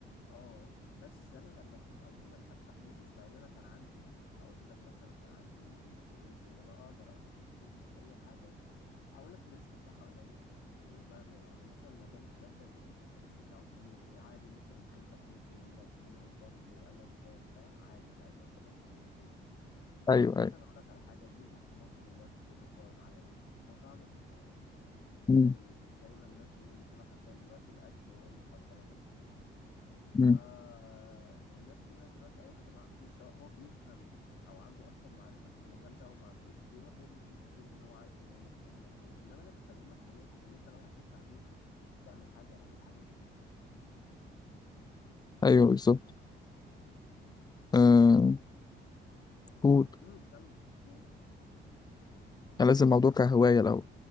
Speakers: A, on the left; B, on the left.
A: اه بس انا لما جيت عموما افتح بيزنس مع ان انا كان عندي هقول لك مثلا كان عندي فلوس ان انا اقدر احط فلوسي في اي حاجه هقول لك الريسك بتاعها قليل وبقى م- يعني مثلا مجال الكلاب ده ج- الريسك بتاعه كبير إيه عادي ممكن الخلفه تموت منك يجي لهم بارفو ايا كان فاهم عادي ساعتها انت اللي هتشيل الليله ان
B: ايوه
A: انت مثلا
B: ايوه
A: اقول لك على حاجه البيزنس في مصر دلوقتي كله قائم على ايه مطاعم وكافيهات زي
B: مم.
A: زي ما الناس بيقولوا كده حرفيا دلوقتي الاكل هو المخدرات الحلال
B: مم.
A: فالناس كلها دلوقتي اي حد معاه فلوس سواء هو بيفهم او عنده اصلا معرفه في المجال ده او ما عندوش بيروح يرمي فلوسه فيه لان هو عارف ان هو مكسبه مضمون انما انا بكلمك في نقطه ان انت لو هتفتح بيزنس تعمل حاجه اعمل حاجه اللي بتحبها
B: ايوه بالظبط آه
A: طب
B: قول
A: امم كمل قول
B: يعني لازم الموضوع كهوايه الاول